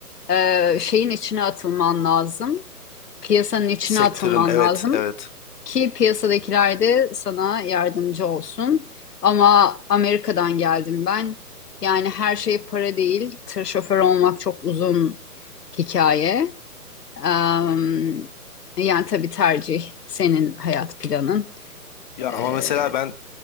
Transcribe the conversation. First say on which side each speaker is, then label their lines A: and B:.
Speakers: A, on the left; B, on the left.
A: e, şeyin içine atılman lazım. Piyasanın içine
B: Sektörün
A: atılman
B: evet
A: lazım.
B: evet.
A: Ki piyasadakiler de sana yardımcı olsun. Ama Amerika'dan geldim ben. Yani her şey para değil. Tır şoförü olmak çok uzun hikaye. Em, yani tabii tercih senin hayat planın.
B: Ya
A: Ee,
B: ama mesela ben